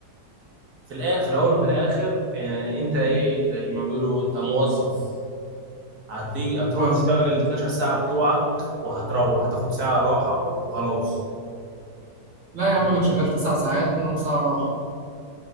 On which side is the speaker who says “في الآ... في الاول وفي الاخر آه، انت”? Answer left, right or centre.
Right